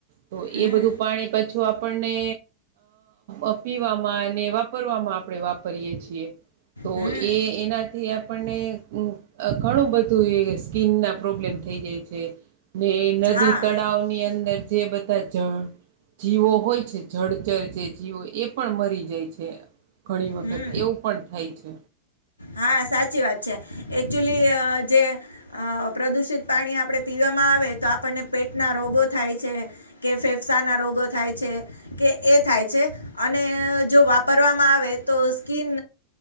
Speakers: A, on the right; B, on the left.
A: તો
B: હમ
A: એ બધું પાણી પછી જો આપણને અ પીવામાં અને વાપરવામાં આપણે વાપરીયએ છીએ તો
B: હમ
A: એ એનાથી આપણને ઘણું બધું એ સ્કીનના પ્રોબ્લેમ થઈ જાય છે ને નદી
B: હા
A: તળાવ ની અંદર જે બધા જ જીવો હોય છે જળચર જે જીવો એ પણ મરી જાય છે ઘણી વખત
B: હમ
A: એવું પણ થાય છે
B: હા સાચી વાત છે એકક્ચુલી જે અ પ્રદુષિત પાણી આપણે પીવામાં આવે તો આપણને પેટના રોગો થાય છે કે ફેફસા ના રોગો થાય છે કે એ થાય છે અને જો વાપરવામાં આવે તો સ્કીન